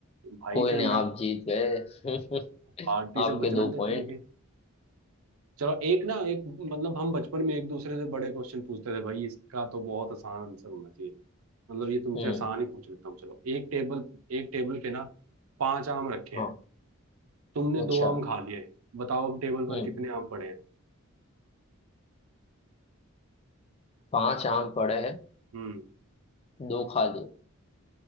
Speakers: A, on the right; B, on the left.
A: भाई
B: कोई
A: फिर
B: नहीं
A: मैं
B: आप जीत गए <laughs>
A: पार्टी
B: आपके
A: से बचना
B: दो
A: तो
B: पॉइंट
A: ट्रिक है चलो एक ना एक मतलब हम बचपन में एक दूसरे से बड़े क्वेश्चन पूछते थे भाई इसका तो बहुत आसान आंसर होना चाहिए मतलब ये तुमसे
B: हम्म
A: आसान ही पूछ लेता हूँ चलो एक टेबल एक टेबल पे ना पांच आम रखे
B: हाँ
A: हैं तुमने
B: अच्छा
A: दो आम खा लिए बताओ अब टेबल पर
B: हम्म
A: कितने आम पड़े हैं
B: पांच आम पड़े हैं
A: हम्म
B: दो खा लिए